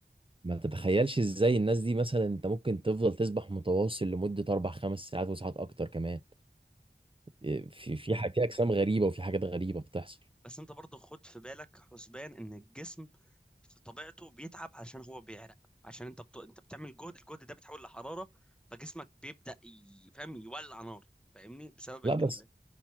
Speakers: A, on the right; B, in the centre.
A: ما تتخيلش ازاي الناس دي مثلا انت ممكن تفضل تسبح متواصل لمده اربع خمس ساعات وساعات اكتر كمان إيه، في في ح- في اجسام غريبه وفي حاجات غريبه بتحصل
B: بس انت برضه خد في بالك حسبان ان الجسم في طبيعته بيتعب عشان هو بيعرق عشان انت بت... انت بتعمل جهد الجهد ده بيتحول لحراره فجسمك بيبدا ي... فاهم يولع نار فاهمني بسبب
A: لا
B: الجل...
A: بس